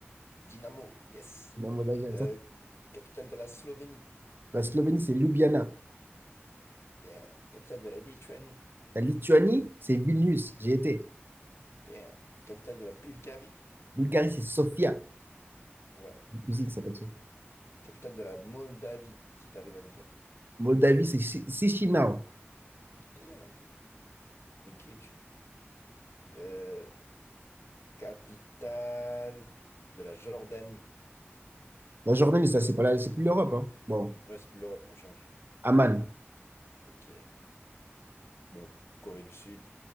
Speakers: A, on the left; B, on the right.
A: Dinamo, yes.
B: Dans le mot Zagreb.
A: Euh, capitale de la Slovénie,
B: La Slovénie, c'est Ljubljana.
A: damn. Capitale de la Lituanie,
B: La Lituanie, c'est Vilnius. J'ai été.
A: damn. Capitale de la Bulgarie,
B: Bulgarie, c'est Sofia.
A: ouais.
B: Une cousine qui s'appelle Sofia.
A: Capitale de la Moldavie, si t'arrives à le dire.
B: Moldavie, c'est Chi- Chisinau.
A: Damn, mais qui es-tu? Euh, capitale de la Jordanie.
B: La Jordanie, ça, c'est pas la- c'est plus l'Europe. hein. Bon,
A: Ouais, c'est plus l'Europe, on change.
B: Amman.
A: Ok. Bon, Corée du Sud,